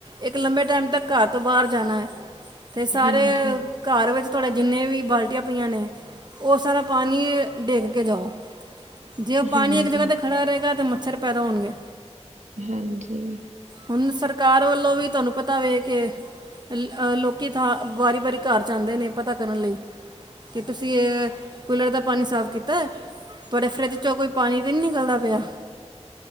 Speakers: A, on the right; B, on the right.
A: ਇੱਕ ਲੰਬੇ ਟਾਈਮ ਤੱਕ ਘਰ ਤੋਂ ਬਾਹਰ ਜਾਣਾ ਹੈ। ਤੇ ਸਾਰੇ
B: ਹਾਂਜੀ,
A: ਘਰ ਵਿੱਚ ਤੁਹਾਡੇ ਜਿੰਨੇ ਵੀ ਬਾਲਟੀਆਂ ਪਈਆਂ ਨੇ ਉਹ ਸਾਰਾ ਪਾਣੀ ਡਿੱਗ ਕੇ ਜਾਓ ਜੇ ਉਹ ਪਾਣੀ
B: ਹਾਂਜੀ,
A: ਇੱਕ ਜਗ੍ਹਾ 'ਤੇ ਖੜਾ ਰਹੇਗਾ ਤਾਂ ਮੱਛਰ ਪੈਦਾ ਹੋਣਗੇ
B: ਹਾਂਜੀ
A: ਹੁਣ ਸਰਕਾਰ ਵੱਲੋਂ ਵੀ ਤੁਹਾਨੂੰ ਪਤਾ ਵੇ ਕੇ ਲੋਕੀ ਥਾਂ ਵਾਰੀ ਵਾਰੀ ਘਰ ਜਾਂਦੇ ਨੇ ਪਤਾ ਕਰਨ ਲਈ ਕਿ ਤੁਸੀਂ ਕੂਲਰ ਦਾ ਪਾਣੀ ਸਾਫ਼ ਕੀਤਾ ਤੁਹਾਡੇ ਫਰਿੱਜ ਚੋਂ ਕੋਈ ਪਾਣੀ ਤੇ ਨਹੀਂ ਨਿਕਲਦਾ ਪਿਆ